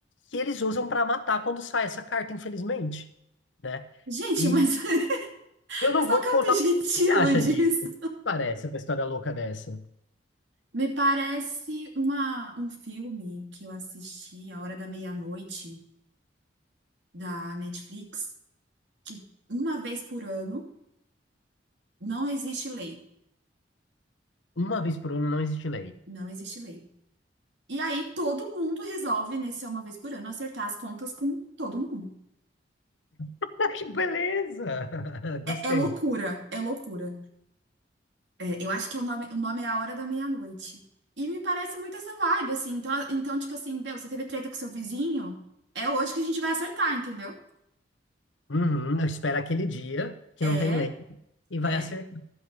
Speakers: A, on the left (about 80°); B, on the right (about 75°).
A: que eles usam pra matar quando sai essa carta, infelizmente, né?
B: Gente,
A: E
B: mas, <laughs>
A: eu não
B: mas qual
A: vou
B: que
A: te
B: é
A: contar
B: o objetivo
A: o que você acha
B: disso?
A: disso. Parece uma história louca dessa.
B: Me parece uma, um filme que eu assisti, A Hora da Meia-Noite, da Netflix, que uma vez por ano não existe lei.
A: Uma vez por ano não existe lei.
B: Não existe lei. E aí todo mundo resolve, nesse uma vez por ano, acertar as contas com todo mundo.
A: <laughs> Ah, Que beleza! <laughs> Gostei.
B: É, é loucura, é loucura. É, eu acho que o nome, o nome é A Hora da Meia-Noite. E me parece muito essa vibe, assim. Então, então, tipo assim, meu, você teve treta com seu vizinho? É hoje que a gente vai acertar, entendeu?
A: Uhum, eu espero aquele dia que
B: É,
A: não tem lei e vai
B: é.
A: acertar.